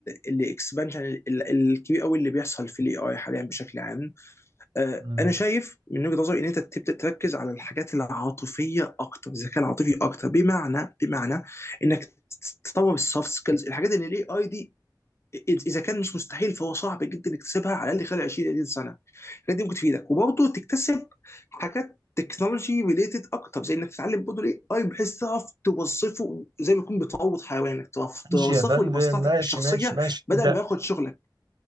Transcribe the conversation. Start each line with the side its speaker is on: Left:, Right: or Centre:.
Left: الاكسبانشن الكبير قوي اللي بيحصل في الاي اي حاليا بشكل عام آه،
Right: مم.
Left: انا شايف من وجهه نظري ان انت تبدا تركز على الحاجات العاطفيه اكتر الذكاء العاطفي اكتر بمعنى بمعنى انك تطور السوفت سكيلز الحاجات اللي الاي اي دي اذا كان مش مستحيل فهو صعب جدا تكتسبها على الاقل خلال 20 30 سنه الحاجات دي ممكن تفيدك وبرضه تكتسب حاجات تكنولوجي ريليتد اكتر زي انك تتعلم برضه الاي اي بحيث تعرف توظفه زي ما يكون بتروض حيوانك تعرف
Right: ماشي
Left: توظفه
Right: يا فندم
Left: لمصلحتك
Right: ماشي
Left: الشخصيه
Right: ماشي ماشي ده
Left: بدل ما ياخد شغلك